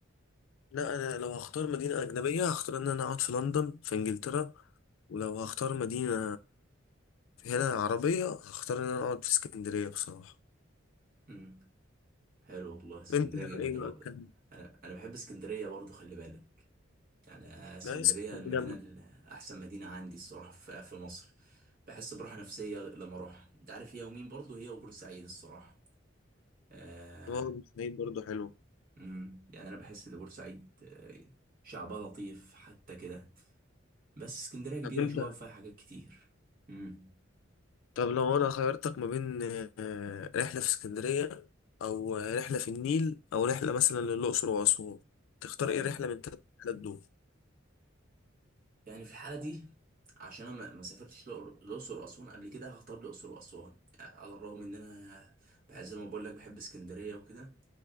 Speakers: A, on the left; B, on the right.
A: لا أنا لو هختار مدينة أجنبية هختار إن أنا أقعد في لندن في إنجلترا ولو هختار مدينة هنا عربية هختار إن أنا أقعد في اسكندرية بصراحة
B: امم حلو والله اسكندرية
A: أنت يعني
B: جميلة
A: إيه
B: برضه
A: بقى كان
B: أنا أنا بحب اسكندرية برضه خلي بالك يعني آه، اسكندرية
A: لا اسكندرية
B: المدينة
A: جامدة
B: ال- أحسن مدينة عندي الصراحة في في مصر بحس براحة نفسية لما أروح أنت عارف هي ومين برضه هي وبورسعيد الصراحة آه،
A: والله بورسعيد برضه حلو
B: امم يعني انا بحس ان بورسعيد آه، شعبها لطيف حتى كده بس اسكندريه كبيره
A: طب أنت
B: شويه فيها حاجات كتير امم
A: طب لو انا خيرتك ما بين آه، رحلة في اسكندرية او آه، رحلة في النيل او رحلة مثلا للأقصر وأسوان تختار
B: اه
A: ايه رحلة من التلات رحلات دول
B: يعني في الحاله دي عشان انا ما ما سافرتش الأقر- الاقصر واسوان قبل كده هختار الاقصر واسوان يعني على الرغم ان انا بح- زي ما بقول لك بحب اسكندريه وكده